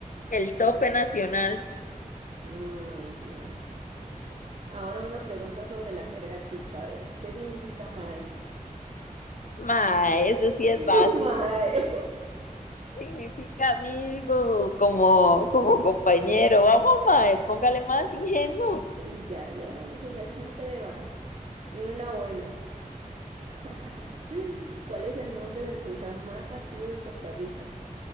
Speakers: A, on the left; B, on the right.
A: el tope nacional.
B: Mm, Muy bien. Ahora una pregunta sobre la jerga tica, a ver, ¿qué significa mae?
A: Mae, eso sí es
B: <laughs>
A: básico.
B: Mae.
A: Significa amigo, como, como compañero. Vamos, mae, póngale más ingenio.
B: Ya, ya, no se me achante, beba. Viene una buena. <laughs> ¿Cuál es el nombre del volcán más activo de Costa Rica?